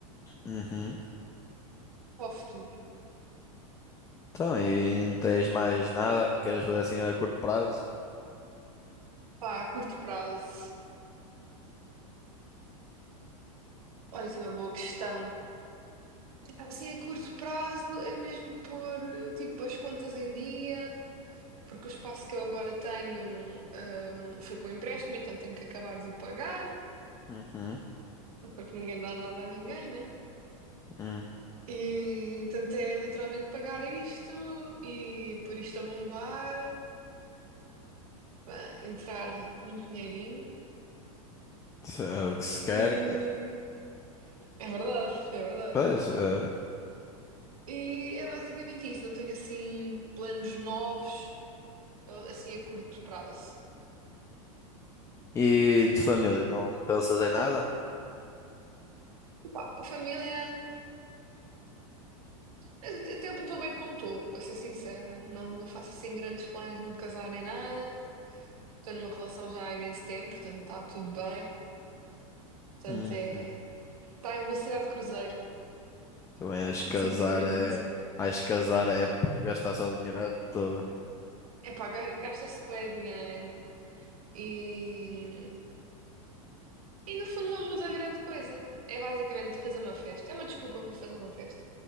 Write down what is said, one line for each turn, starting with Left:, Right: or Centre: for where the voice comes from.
Left: Uhum.
Right: para o futuro,
Left: Então, e não tens mais nada que queiras fazer assim a curto prazo?
Right: pá, a curto prazo. Olha, isso é uma boa questão. Epá, Assim, a curto prazo é mesmo pôr eh, tipo as contas em dia, porque o espaço que eu agora tenho ah, foi com empréstimo, então tenho que acabar de o pagar,
Left: Uhum.
Right: porque ninguém dá nada a ninguém, né?
Left: Hum.
Right: E, portanto, é literalmente pagar isto e pôr isto a bombar, pá, entrar muito dinheirinho.
Left: Se é o que se quer.
Right: E
Left: que- é.
Right: é verdade, é verdade.
Left: Pois, é.
Right: E é basicamente isso, não tenho assim planos novos, assim a curto prazo.
Left: E de família, não pensas em nada?
Right: Pá, a família, eu até estou bem como estou, para ser sincera. Não, não faço assim grandes planos de me casar nem nada. Estou numa relação já há imenso tempo, portanto está tudo bem. Portanto
Left: Uhum.
Right: é. Está em velocidade de cruzeiro,
Left: Também
Right: <laughs>
Left: acho
Right: basicamente.
Left: que casar é. Acho que casar é p- gastar só dinheiro à toa.
Right: É pá, ga- gasta-se bem dinheiro e. E no fundo não muda grande coisa. É basicamente fazer uma festa. É uma desculpa para fazer uma festa.